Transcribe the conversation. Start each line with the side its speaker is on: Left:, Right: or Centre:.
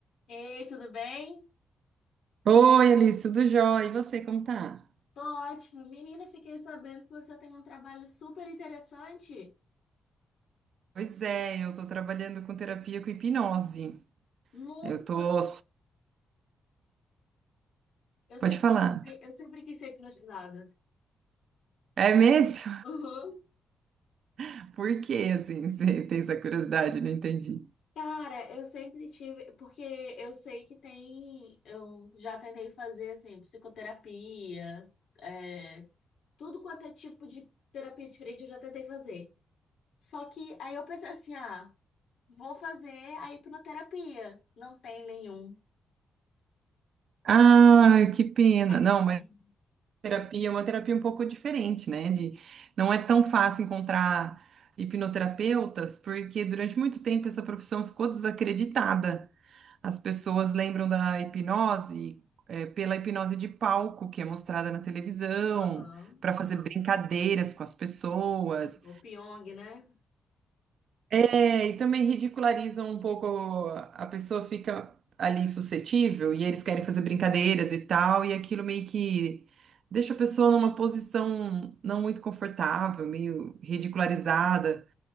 Left: Ei, tudo bem?
Right: Oi, Alice, tudo jóia? E você, como tá?
Left: Tô ótimo. Menina, fiquei sabendo que você tem um trabalho super interessante.
Right: Pois é, eu tô trabalhando com terapia com hipnose.
Left: Nossa,
Right: Eu tô.
Left: eu sempre
Right: Pode falar.
Left: quis ser, eu sempre quis ser hipnotizada.
Right: É mesmo?
Left: Uhum.
Right: <laughs> Por que, assim, você tem essa curiosidade? Não entendi.
Left: Cara, eu sempre tive, porque eu sei que tem, eu já tentei fazer assim, psicoterapia, é, tudo quanto é tipo de terapia diferente, eu já tentei fazer. Só que aí eu pensei assim, ah, vou fazer a hipnoterapia. Não tem nenhum.
Right: Ah, que pena.
Left: Aqui.
Right: Não, mas terapia é uma terapia um pouco diferente, né? De... Não é tão fácil encontrar hipnoterapeutas, porque durante muito tempo essa profissão ficou desacreditada. As pessoas lembram da hipnose, eh, pela hipnose de palco que é mostrada na televisão,
Left: Aham.
Right: para fazer brincadeiras com as pessoas.
Left: O Pyong, né?
Right: É, e também ridicularizam um pouco, a pessoa fica ali suscetível e eles querem fazer brincadeiras e tal, e aquilo meio que deixa a pessoa numa posição não muito confortável, meio ridicularizada.